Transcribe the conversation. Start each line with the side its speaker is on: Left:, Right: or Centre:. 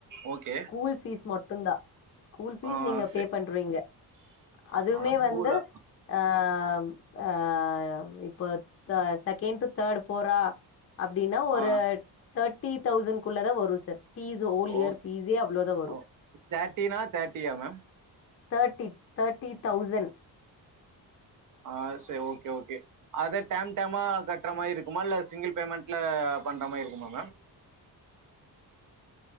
Right: ஓகே
Left: ஸ்கூல் ஃபீஸ் மட்டுந்தா ஸ்கூல் ஃபீஸ்
Right: ஆ
Left: நீங்க
Right: சே
Left: பே பண்றீங்க அதுமே
Right: ஆ ஸ்கூல்ல
Left: வந்து ஆம் ஆ இப்போ த செகெண்ட் டு தேடு போறா அப்டின்னா ஒரு
Right: ஆ
Left: தேட்டி தௌசன்க்குள்ளர வரு சர் ஃபீஸ் ஹோல் இயர்
Right: ஓ
Left: ஃபீஸே அவ்ளோதா வரு
Right: ஓ தேர்ட்டினா தேர்ட்டியா மேம்
Left: தேட்டி தேட்டி தௌசன்
Right: ஆ சே ஓக்கே ஓக்கே அத டேம் டேமா கட்ற மாறி இருக்குமா இல்ல சிங்கிள் பேமெண்ட்ல பண்ற மாறி இருக்குமா மேம்